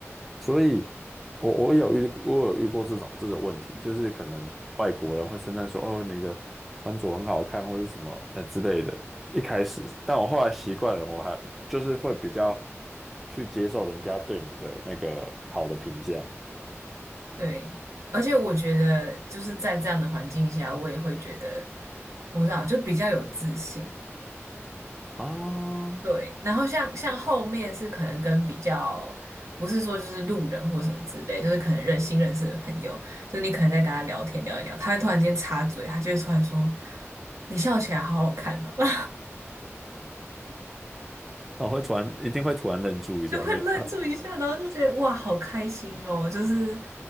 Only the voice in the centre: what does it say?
所以我我有遇我有遇过这种这种问题，就是可能外国人会称赞说，哦，你的穿着很好看，或者什么呃之类的。一开始，但我后来习惯了，我还就是会比较去接受人家对你的那个好的评价
啊，哦，
我会突然一定会突然愣住一下，
就呃，